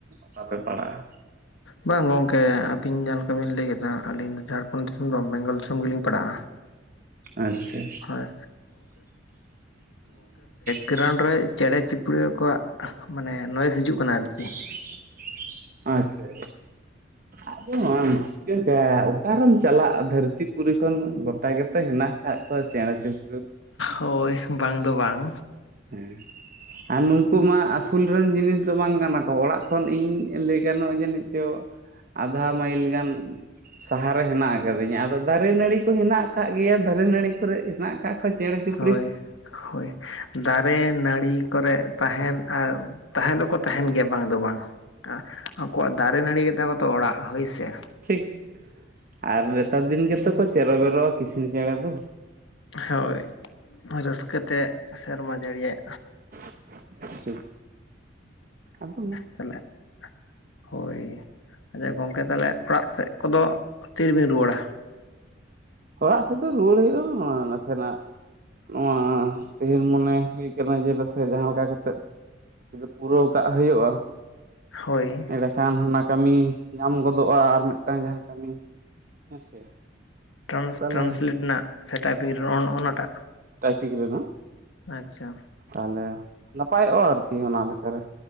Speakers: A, on the right; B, on the left.
A: ᱚᱠᱟ ᱯᱮ ᱯᱟᱲᱟᱜᱼᱟ᱾
B: ᱵᱟᱝ ᱜᱚᱝᱠᱮ ᱟᱵᱤᱱ ᱡᱟᱦᱟᱸ ᱞᱮᱠᱟ ᱵᱤᱱ ᱞᱟᱹᱭ ᱠᱮᱫᱟ᱾ ᱟᱹᱞᱤᱧ ᱫᱚ ᱡᱷᱟᱲᱠᱷᱚᱸᱰ ᱫᱤᱥᱚᱢ ᱵᱮᱝᱜᱚᱞ ᱫᱤᱥᱚᱢ ᱜᱮᱞᱤᱧ ᱯᱟᱲᱟᱜᱼᱟ᱾
A: ᱟᱪᱪᱷᱟ
B: ᱦᱳᱭ
A: <unintelligible>
B: ᱜᱨᱟᱣᱩᱱᱰ ᱨᱮ ᱪᱮᱬᱮ ᱪᱤᱯᱲᱩ ᱠᱚᱣᱟᱜ ᱢᱟᱱᱮ ᱱᱚᱭᱮᱥ ᱦᱤᱡᱩᱜ ᱠᱟᱱᱟ ᱟᱨᱠᱤ
A: <inaudible> ᱟᱪᱪᱷᱟ ᱟᱪᱪᱷᱟ᱾ ᱟᱫᱚᱢ ᱢᱟ ᱪᱤᱠᱟᱹ ᱚᱠᱟᱨᱮᱢ ᱪᱟᱞᱟᱜ ᱫᱷᱟᱹᱨᱛᱤ ᱯᱩᱨᱤ ᱠᱷᱚᱱ ᱫᱚ ᱜᱚᱴᱟ ᱜᱮᱛᱚ ᱦᱮᱱᱟᱜ ᱦᱮᱱᱟᱜ ᱠᱚᱶᱟ ᱪᱮᱬᱮ ᱪᱩᱯᱲᱤ
B: ᱦᱳᱭ ᱵᱟᱝ ᱫᱚ ᱵᱟᱝ
A: ᱦᱩᱸ ᱟᱨ ᱱᱩᱠᱩ ᱢᱟ ᱟᱹᱥᱩᱞ ᱨᱮᱱ ᱡᱤᱱᱤᱥ ᱫᱚ ᱵᱟᱝ ᱠᱟᱱᱟ ᱠᱚ᱾ ᱚᱲᱟᱜ ᱠᱷᱚᱱ ᱤᱧ ᱞᱟᱹᱭ ᱜᱟᱱᱚᱜᱼᱟ ᱡᱟᱹᱱᱤᱡ ᱪᱚᱝ ᱟᱫᱷᱟ ᱢᱟᱹᱭᱤᱞ ᱜᱟᱱ ᱥᱟᱦᱟᱨᱮ ᱦᱮᱱᱟᱜ ᱟᱠᱟᱫᱤᱧᱟ ᱟᱫᱚ ᱫᱟᱨᱮ ᱱᱟᱹᱲᱤ ᱠᱚ ᱦᱮᱱᱟᱜ ᱟᱠᱟᱫ ᱜᱮᱭᱟ ᱫᱟᱨᱮ ᱱᱟᱹᱲᱤ ᱠᱚᱨᱮᱜ ᱦᱮᱱᱟᱜ ᱟᱠᱟᱫ ᱠᱚᱣᱟ ᱪᱮᱬᱮ ᱪᱩᱯᱲᱤ
B: ᱦᱳᱭ
A: ᱠᱚ
B: ᱦᱳᱭ, ᱫᱟᱨᱮ ᱱᱟᱹᱲᱤ ᱠᱚᱨᱮᱫ ᱛᱟᱦᱮᱱ ᱟᱨ ᱛᱟᱦᱮᱸ ᱫᱚᱠᱚ ᱛᱟᱦᱮᱱ ᱜᱮᱭᱟ ᱵᱟᱝ ᱫᱚ ᱵᱟᱝ ᱟᱠᱚᱣᱟᱜ ᱫᱟᱨᱮ ᱱᱟᱹᱲᱤ ᱜᱮᱛᱟ ᱠᱚ ᱛᱚ ᱚᱲᱟᱜ ᱦᱳᱭ ᱥᱮ᱾
A: ᱴᱷᱤᱠ᱾ ᱟᱨ ᱱᱮᱛᱟᱨ ᱫᱤᱱ ᱜᱮᱛᱮ ᱠᱚ ᱪᱮᱨ ᱵᱮᱨᱚᱜᱼᱟ ᱠᱤᱥᱤᱱᱤ ᱪᱮᱬᱮ ᱫᱚ᱾
B: ᱦᱳᱭ᱾ ᱨᱟᱹᱥᱠᱟᱹᱛᱮ ᱥᱮᱨᱢᱟ ᱡᱟᱹᱲᱤᱭᱟᱭ᱾
A: <inaudible> ᱴᱷᱤᱠ᱾ ᱟᱫᱚ ᱢᱟ
B: ᱛᱟᱞᱮ᱾ ᱦᱳᱭ ᱟᱪᱪᱷᱟ ᱜᱚᱝᱠᱮ ᱛᱟᱦᱞᱮ ᱚᱲᱟᱜ ᱥᱮᱫ ᱠᱚᱫᱚ ᱛᱤᱨᱮ ᱵᱤᱱ ᱨᱩᱣᱟᱹᱲᱟ?
A: ᱚᱲᱟᱜ ᱥᱮᱫ ᱫᱚ ᱨᱩᱣᱟᱹᱲ ᱦᱩᱭᱩᱜᱼᱟ ᱱᱟᱥᱮᱱᱟᱜ ᱱᱚᱣᱟ ᱛᱮᱦᱮᱧ ᱢᱚᱱᱮ ᱦᱩᱭ ᱟᱠᱟᱱᱟ ᱡᱮ ᱫᱮᱥᱮ ᱡᱟᱦᱟᱸ ᱞᱮᱠᱟ ᱠᱟᱛᱮᱫ ᱯᱩᱨᱟᱹᱣ ᱠᱟᱜ ᱦᱳᱭᱳᱜᱼᱟ᱾
B: ᱦᱳᱭ᱾
A: ᱮᱸᱲᱮᱠᱷᱟᱱ ᱦᱟᱱᱟ ᱠᱟᱹᱢᱤ ᱧᱟᱢ ᱜᱚᱫᱚᱜᱼᱟ, ᱟᱨ ᱢᱮᱫᱴᱟᱝ ᱡᱟᱦᱟᱸ ᱠᱟᱹᱢᱤ ᱦᱮᱸᱥᱮ᱾
B: ᱴᱨᱟᱱᱥ
A: ᱛᱟᱦᱚᱞᱮ
B: ᱴᱨᱟᱱᱥᱤᱞᱤᱴ ᱨᱮᱱᱟᱜ ᱥᱮ ᱴᱟᱭᱯᱤᱝ ᱨᱚᱱ ᱚᱱᱟᱴᱟᱜ᱾
A: ᱴᱟᱭᱯᱤᱠ ᱨᱮᱱᱟᱜ᱾
B: ᱟᱪᱪᱷᱟ᱾
A: ᱛᱟᱦᱚᱞᱮ ᱱᱟᱯᱟᱭᱚᱜᱼᱟ ᱟᱨᱠᱤ ᱚᱱᱟ ᱞᱮᱠᱟ ᱨᱮ,